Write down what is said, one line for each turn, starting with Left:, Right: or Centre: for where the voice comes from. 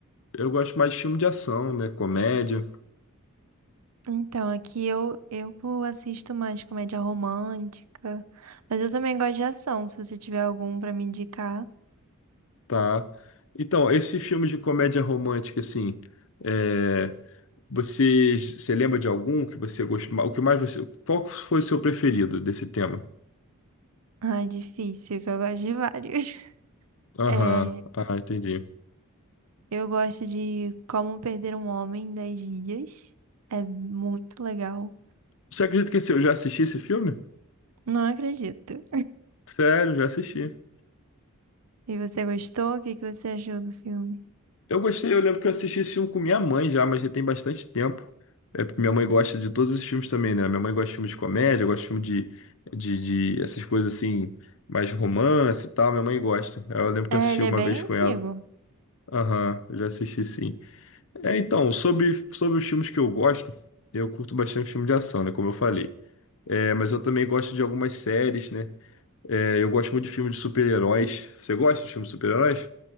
Left: Eu gosto mais de filme de ação, né? Comédia,
Right: Então, aqui eu, eu assisto mais comédia romântica, mas eu também gosto de ação, se você tiver algum pra me indicar. <laughs>
Left: tá? Então, esse filme de comédia romântica, assim, é, você, você lembra de algum que você gostou? O que mais você, qual foi o seu preferido desse tema?
Right: Ah, é difícil, que eu gosto de vários. <laughs>
Left: Aham,
Right: É,
Left: Ah, entendi.
Right: eu gosto de Como Perder um Homem em 10 Dias. É muito legal.
Left: Você acredita que esse- eu já assisti esse filme?
Right: Não acredito.
Left: Sério, já assisti.
Right: E você gostou? O que que você achou do filme?
Left: Eu gostei, eu lembro que eu assisti esse filme com minha mãe já, mas já tem bastante tempo. É, porque minha mãe gosta de todos esses filmes também, né? Minha mãe gosta de filme de comédia, gosta de filme de, de, de essas coisas assim, mais romance e tal. Minha mãe gosta. Eu lembro que
Right: É,
Left: eu assisti
Right: ele
Left: uma
Right: é bem
Left: vez com
Right: antigo.
Left: ela. Aham, eu já assisti sim. É, então, sobre, sobre os filmes que eu gosto, eu curto bastante filme de ação, né? Como eu falei. É, mas eu também gosto de algumas séries, né? É, eu gosto muito de filmes de super-heróis. Você gosta de filmes de super-heróis?